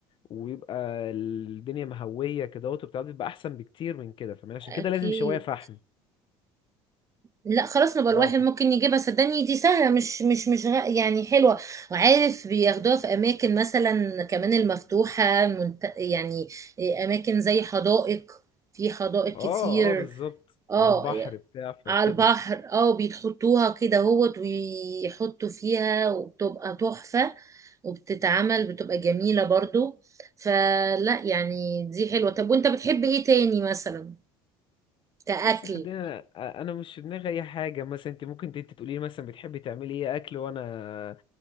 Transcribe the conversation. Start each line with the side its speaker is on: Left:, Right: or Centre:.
Left: ويبقى الدنيا مهوية كده وبتاع بيبقى أحسن بكتير من كده فاهماني عشان
Right: اكيد
Left: كده لازم شواية فحم
Right: لا خلاص نبقى
Left: اه
Right: الواحد
Left: ف-
Right: ممكن يجيبها صدقني دي سهلة مش مش مش غ- يعني حلوة وعارف بياخدوها في أماكن مثلا كمان المفتوحة منت... يعني إيه، أماكن زي حدائق في حدائق
Left: اه
Right: كتير
Left: اه بالظبط
Right: اه
Left: على البحر بتاع فكده
Right: على البحر اه بيتحطوها كده هوت ويحطوا فيها وبتبقى تحفة وبتتعمل بتبقى جميلة برضو فلا يعني دي حلوة طب وانت بتحب ايه تاني مثلا كأكل
Left: بص صدقني انا أنا مش في دماغي اي حاجه مثلا انت ممكن انت تقولي لي مثلا بتحبي تعملي ايه اكل وانا